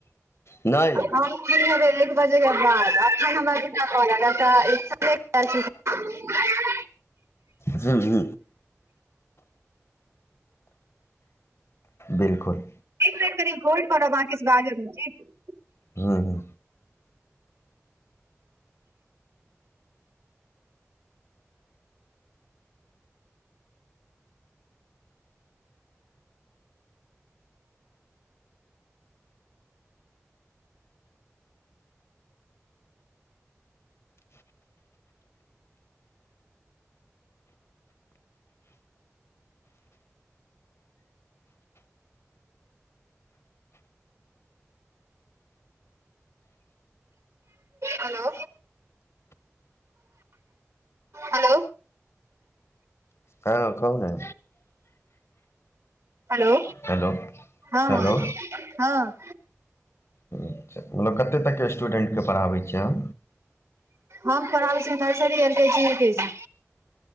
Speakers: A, on the left; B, on the right.
A: नहि
B: हम फ्रि हेबै एक बजे के बाद अखन हमरा एल छी <unintelligible>
A: ह्म बिलकुल
B: एक मिनट कनि होलड पर अहाँ रहब अहाँ किछ बाजब नहि ठीक
A: हूँँ
B: हेलो हेलो
A: ह कहु ने
B: हेलो
A: हेलो
B: हँ
A: हेलो
B: हँ
A: अच्छा ओइ मे कते तकके स्टूडेन्टके पढ़ाबै छियै अहाँ
B: हम पढ़ाबै छी nursery LKG UKG